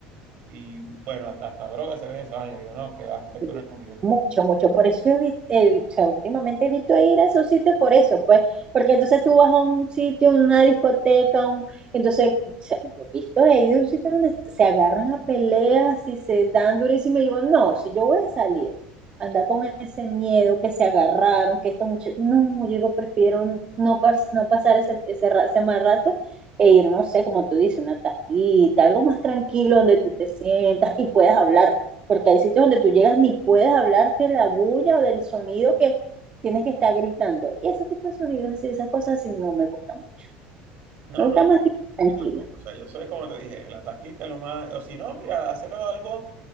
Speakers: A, on the right; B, on the right.
A: y bueno, hasta, hasta droga se ve esa vaina. Digo, no, que va, esto
B: Sí,
A: no es lo mío.
B: mucho, mucho. Por eso evi- evi- o sea, últimamente evito ir a esos sitios por eso, pues, porque entonces tú vas a un sitio, una discoteca, un, entonces, o sea, yo he visto he ido a un sitio donde se agarran a peleas y se dan durísimo y digo, no, si yo voy a salir, anda con ese miedo que se agarraron, que esto mucho, no, yo digo, prefiero no, pas- no pasar ese, ese, ra- ese mal rato e ir, no sé, como tú dices, una taquita, algo más tranquilo donde tú te sientas y puedas hablar porque hay sitios donde tú llegas ni puedes hablarte la bulla o del sonido que tienes que estar gritando. Y ese tipo de sonidos, así, esas cosas así, no me gustan mucho.
A: No,
B: Me gusta
A: no,
B: más tipo tranquilo.
A: yo tampoco. O sea, yo soy como te dije, la tasquita es lo más. O si no, mira, hacerlo algo